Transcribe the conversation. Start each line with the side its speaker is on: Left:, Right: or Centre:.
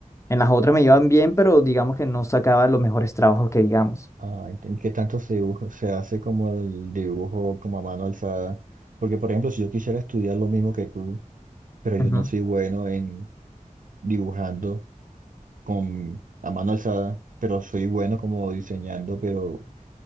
Left: En las otras me iban bien, pero digamos que no sacaba los mejores trabajos que digamos.
Right: Ah, ent- ¿en qué tanto se dibuja? Se hace como el dibujo como a mano alzada. Porque, por ejemplo, si yo quisiera estudiar lo mismo que tú, pero yo
Left: Ujú.
Right: no soy bueno en dibujando con a mano alzada, pero soy bueno como diseñando, pero